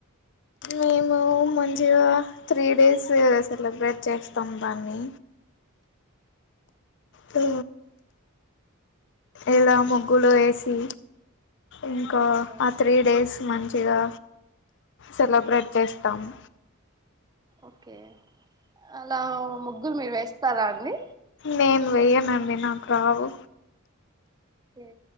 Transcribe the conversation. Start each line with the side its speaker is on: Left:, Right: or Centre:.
Left: మేము మంచిగా త్రీ డేస్ సెలబ్రేట్ చేస్తాం దాన్ని హు ఇలా ముగ్గులు వేసి ఇంకా
Right: ఓకే
Left: ఆ త్రీ డేస్ మంచిగా సెలబ్రేట్ చేస్తాము.
Right: ఓకే అలా ముగ్గురు మీరు వేస్తారా అండి
Left: నేను వెయ్యానండి నాకు రావు
Right: ఒకే